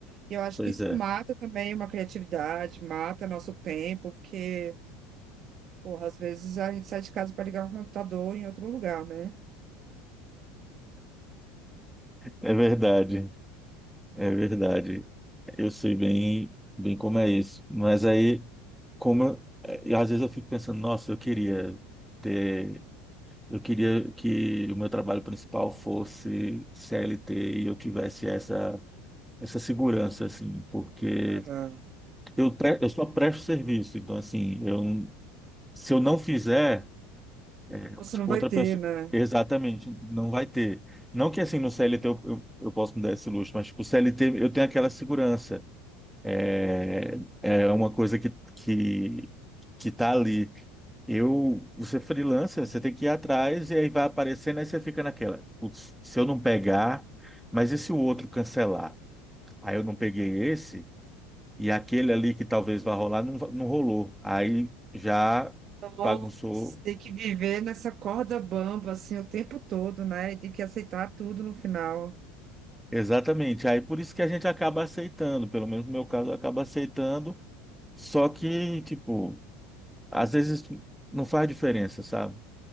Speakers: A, on the right; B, in the centre.
A: E eu acho
B: Pois
A: que isso
B: é,
A: mata também uma criatividade, mata nosso tempo, porque, porra, às vezes a gente sai de casa para ligar um computador em outro lugar, né?
B: é verdade, é verdade. Eu sei bem, bem como é isso. Mas aí, como eu- eh, às vezes eu fico pensando, nossa, eu queria ter Eu queria que o meu trabalho principal fosse CLT e eu tivesse essa, essa segurança, assim, porque
A: Aham.
B: eu, pre- eu só presto serviço, então, assim, eu, se eu não fizer, é,
A: Você
B: tipo,
A: não vai
B: outra
A: ter,
B: pessoa,
A: né?
B: exatamente, não vai ter. Não que, assim, no CLT eu, eu, eu posso me dar esse luxo, mas, tipo, CLT eu tenho aquela segurança, é é uma coisa que, que, que tá ali. Eu, você é freelancer, você tem que ir atrás e aí vai aparecendo, aí você fica naquela, "Putz, se eu não pegar, mas e se o outro cancelar? Aí eu não peguei esse e aquele ali que talvez vá rolar não, va- não rolou. Aí já
A: Então,
B: bagunçou.
A: tem que viver nessa corda bamba, assim, o tempo todo, né? E tem que aceitar tudo no final.
B: Exatamente. Aí por isso que a gente acaba aceitando, pelo menos no meu caso, acaba aceitando, só que, tipo, às vezes não faz diferença, sabe?